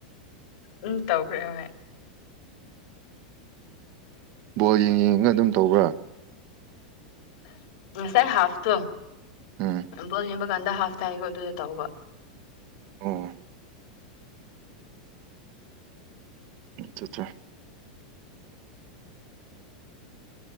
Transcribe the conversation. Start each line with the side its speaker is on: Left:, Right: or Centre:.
Left: ꯎꯝ ꯇꯧꯈ꯭ꯔꯦ ꯍꯣꯏ
Right: ꯕꯣꯜ ꯌꯦꯡꯅ ꯌꯦꯡꯉ ꯑꯗꯨꯝ ꯇꯧꯕ꯭ꯔꯥ
Left: ꯉꯁꯥꯏ ꯍꯥꯐ ꯇ‌ꯣ
Right: ꯎꯝ
Left: ꯕꯣꯜ ꯌꯦꯡꯕ ꯀꯥꯟꯗ ꯍꯥꯐ ꯊꯥꯏꯀꯣ ꯑꯗꯨꯗ ꯇꯧꯕ
Right: ꯑꯣ ꯑꯆꯥꯆꯥ